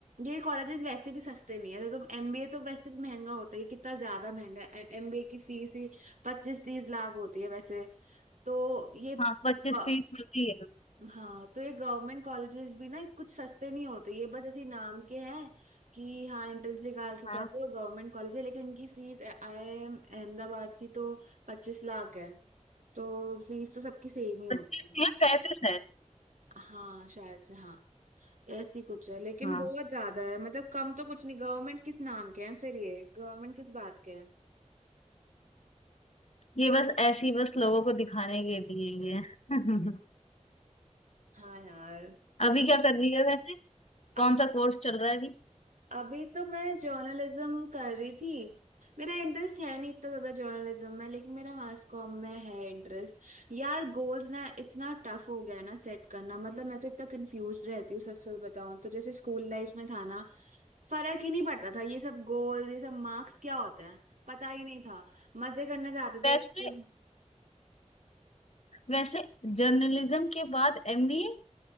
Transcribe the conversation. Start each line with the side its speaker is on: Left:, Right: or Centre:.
Right: ये कॉलेजेस वैसे भी सस्ते नहीं है तो एमबीए तो वैसे भी महंगा होता है ये कितना ज्यादा महंगा है एमबीए की फीस ही पच्चीस तीस लाख होती है वैसे तो ये
Left: हाँ पच्चीस
Right: अ,
Left: तीस मिलती है
Right: हाँ तो ये गवर्नमेंट कॉलेजेस भी ना कुछ सस्ते नहीं होते ये बस ऐसे ही नाम के हैं कि हाँ एंट्रेंस निकाल के
Left: हाँ
Right: कर रहे हो गवर्नमेंट कॉलेज है लेकिन इनकी fees I I M Ahmedabad की तो पच्चीस लाख है तो फीस तो सबकी सेम ही होती
Left: प्रैक्टिस
Right: है
Left: नहीं है प्रैक्टिस है
Right: हाँ शायद से हाँ ऐसी कुछ है लेकिन
Left: हाँ
Right: बहुत ज्यादा है मतलब कम तो कुछ नहीं गवर्नमेंट किस नाम के हैं फिर ये गवर्नमेंट किस बात के हैं
Left: ये बस ऐसी बस लोगों को दिखाने के लिए ये है। <laughs>
Right: हाँ यार
Left: अभी क्या कर रही है वैसे कौन
Right: अब
Left: सा कोर्स चल रहा है अभी
Right: अभी तो मैं जर्नलिज्म कर रही थी मेरा इंटरेस्ट है नहीं इतना ज्यादा जर्नलिज्म में लेकिन मेरा मास कॉम में है इंटरेस्ट यार गोल्स ना इतना टफ हो गया है ना सेट करना मतलब मैं तो इतना कंफ्यूज रहती हूँ सच सच बताऊं तो जैसे स्कूल लाइफ में था ना फर्क ही नहीं पड़ता था ये सब गोल ये सब मार्क्स क्या होता है पता ही नहीं था मजे करने जाते
Left: वैसे
Right: थे स्कूल
Left: वैसे जर्नलिज्म के बाद एमबीए